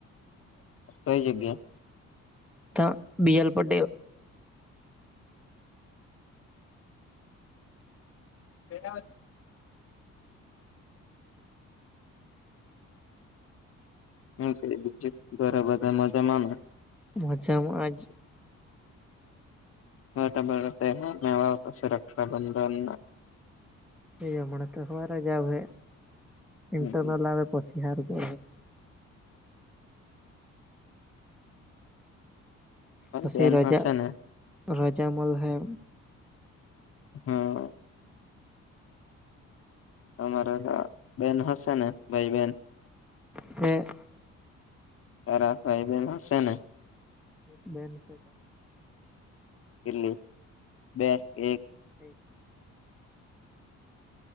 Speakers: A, on the left (about 50°); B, in the centre.
A: તો એ જગ્યા
B: ત બીએલ પટે
A: બેરા હું ક બીજું ઘરે બધા મજા માનો
B: માજમાં આજ
A: બટ બળ તો સુ રક્ષાબંધન
B: એ જમણે તો હરે જાવ હે ઇન્ટરલ
A: હમ
B: આવે પછી હાર પે પી
A: બેન
B: રાજજા
A: હશે ને
B: રજા મલ હૈ
A: હા અમારા બેન હશે ને ભાઈ બેન
B: છે
A: અરા ભાઈ બેન હશે ને
B: એક બેન છે ચ
A: કેલી બે એક
B: ઠીક